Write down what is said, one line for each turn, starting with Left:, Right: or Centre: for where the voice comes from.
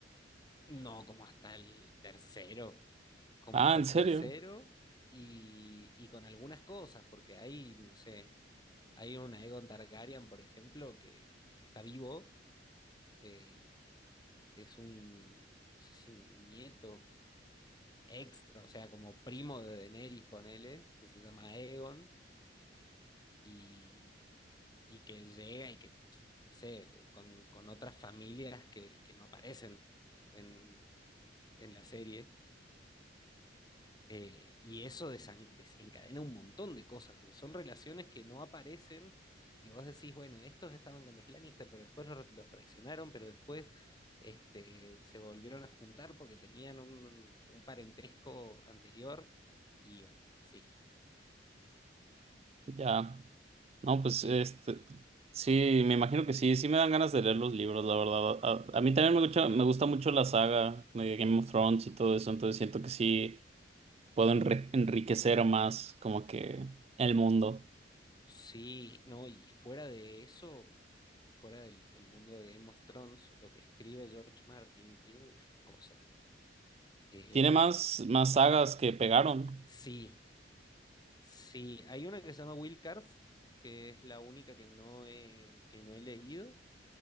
Left: No, como hasta el tercero, como
Right: Ah,
Left: hasta
Right: ¿en
Left: el
Right: serio?
Left: tercero y, y con algunas cosas, porque ahí, no sé Hay un Aegon Targaryen, por ejemplo, que, que está vivo, eh, que es un, no sé si un nieto extra, o sea, como primo de Daenerys, ponele, que se llama Aegon, y, y que llega y que, no sé, con, con otras familias que, que no aparecen en, en la serie. Eh, y eso desan- desencadena un montón de cosas, porque son relaciones que no aparecen y que vos decís, bueno, estos estaban con los Lannister, pero después los, los traicionaron, pero después este, se volvieron a juntar porque tenían un, un parentesco anterior. Y bueno, sí.
Right: Ya. No, pues
Left: Eh,
Right: este, sí, me imagino que sí, sí me dan ganas de leer los libros, la verdad. A, a mí también me gusta, me gusta mucho la saga de Game of Thrones y todo eso, entonces siento que sí. puedo enri- enriquecer más como que el mundo.
Left: sí, no, y fuera de eso, fuera del, del mundo de Game of Thrones, lo que escribe George Martin tiene unas cosas. eh,
Right: Tiene más, más sagas que pegaron.
Left: sí Sí, hay una que se llama Will Cards, que es la única que no he, que no he leído,